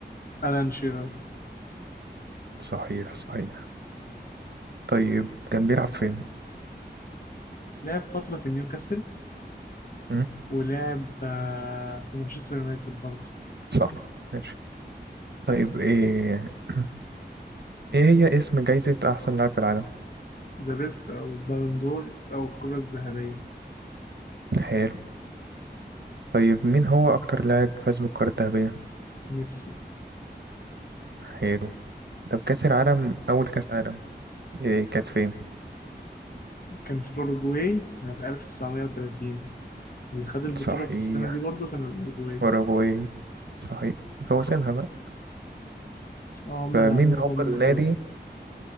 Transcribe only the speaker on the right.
صحيح صحيح طيب كان بيلعب فين
مم،
صح ماشي طيب إيه <clears throat> إيه هي اسم جايزة أحسن لاعب في العالم
حلو طيب مين هو أكتر لاعب فاز بالكرة الذهبية
حلو طب كأس العالم أول كأس عالم إيه كانت فين
صحيح
أوروجواي صحيح فوزينها بقى
فمين
هو
النادي